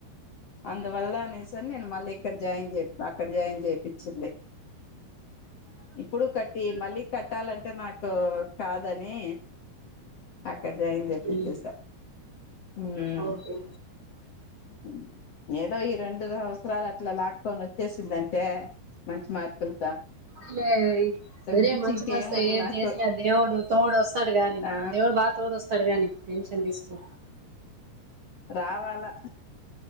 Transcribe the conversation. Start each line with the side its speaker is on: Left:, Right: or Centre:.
Left: అందువల్ల నీ స నేను మళ్ళీ ఇక్కడ జాయిన్ చే అక్కడ జాయిన్ జేపిచింది ఇప్పుడు కట్టి మళ్ళీ కట్టాలంటే నాకు కాదని అక్కడ జాయిన్ జేపిచ్చేసా
Right: మ్మ్
Left: ఉమ్
Right: ఓకే
Left: అక్కడేనా ఏదో ఈ రెండు సంవత్సరాలు అట్లా లాక్కోని వచ్చేసిందంటే మంచి మార్కులు
Right: లేయ్ సరే
Left: మించి
Right: మ మంచిమనస్సుతో
Left: ఇంకేం వద్దు
Right: ఏది
Left: నాకు
Right: జేసినా దేవుడు తోడు వస్తాడు గాని
Left: ఆ
Right: దేవుడు బాగా తోడు వస్తాడు గాని టెన్షన్ దీసుకో
Left: రావాలా